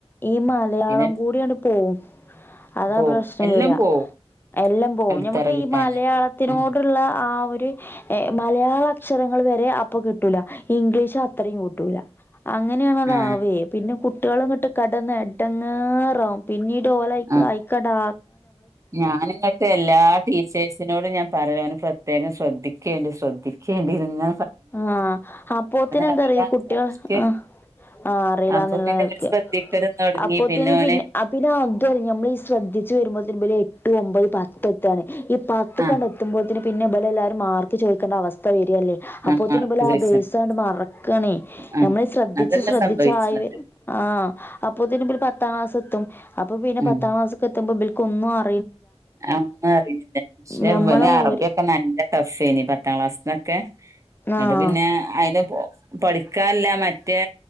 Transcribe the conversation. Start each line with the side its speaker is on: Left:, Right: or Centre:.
Left: ഈ മലയാളം
Right: പിന്നെ
Left: കൂടിയാണ്ട് പോവും. അതാ
Right: പോകും
Left: പ്രശ്നം
Right: എല്ലാം
Left: വരാ,
Right: പോകും
Left: എല്ലം പോ,
Right: അടിത്തറ
Left: നമമുക്ക്
Right: കിട്ടാഞ്ഞാല്
Left: ഈ മലയാളത്തിനോടുള്ള
Right: ആ
Left: ആ ഒര് ഏഹ് മലയാളക്ഷരങ്ങള് വരെ ആ അപ്പൊ കിട്ടൂല, ഈ ഇംഗ്ലീഷ് അത്രയും കിട്ടൂല. അങ്ങനെയാണതാവെ,
Right: ആ
Left: പിന്നെ കുട്ടിയേളങ്ങട്ട് കടന്നടി എടങ്ങേറാകും, പിന്നീട് ഓലെ അയ്ക്ക്
Right: ആ
Left: അയിക്കാണ്ടാ
Right: ഞാനിങ്ങട്ട് എല്ലാ ടീച്ചേഴ്സിനോടും ഞാൻ പറയലാ ഓനെ പ്രത്യേകം ശ്രദ്ധി കേണ്ടി ശ്രെദ്ധിക്കേണ്ടിരുന്നു
Left: ആഹ്, അപ്പോത്തിനെന്താറിയോ
Right: അറിയില്ലാന്നുള്ള
Left: ഈ കുട്ടിയാള്
Right: നിലക്ക്
Left: ആഹ് ആഹ് അറീല്ലാന്ന്ള്ളനെലക്ക്,
Right: അപ്പൊ പിന്നെ ഓന് ശ്രദ്ധിക്കലും തൊടങ്ങി
Left: അപ്പോത്തിന്
Right: ഓന്
Left: പിന്നെ, പിന്നെ അതും ഞമ്മള് ഈ ശ്രദ്ധ ജ്ജ് വരുമ്പോത്തിന് ഇബല് എട്ട്, ഒമ്പത്, പത്തൊക്കാണ്. ഈ പത്ത്
Right: ആ
Left: കാണ്ട് എത്തുമ്പോത്തിന് പിന്നെ ഇബലെല്ലാരും മാർക്ക് ചോയിക്കേണ്ട അവസ്ഥ വരല്
Right: ആ
Left: അപ്പോത്തിനി
Right: മാർക്ക്
Left: ഇപലാ
Right: ചോയിച്ചാണ്ട്
Left: ബേയ്സാണ്ട് മറക്കണേ,
Right: ആ
Left: നമ്മള് ശ്രദ്ധിച്ച്
Right: അതന്നെ
Left: ശ്രദ്ധിച്ച്
Right: സംഭവിച്ച്ണത്
Left: ആയി ആഹ് അ അപ്പൊത്തിന് പത്താം ക്ലാസ് എത്തും. അപ്പൊ പിന്നെ
Right: ഉം
Left: പത്താം ക്‌ളാസ്ക് എത്തുമ്പോ ഒന്നും അ
Right: ഒന്നും അറീന്നില്ല പക്ഷെ
Left: ഞമ്മളെ
Right: അറബിയൊക്കെ
Left: ഓര്
Right: നല്ല ടഫ്ഫെനി പത്താം ക്ലാസ്സ്ന്നൊക്കെ ഇങ്ങട്ട്
Left: ആഹ്
Right: പിന്നെ അയിന് പൊ പഠിക്കാല്ല മറ്റേ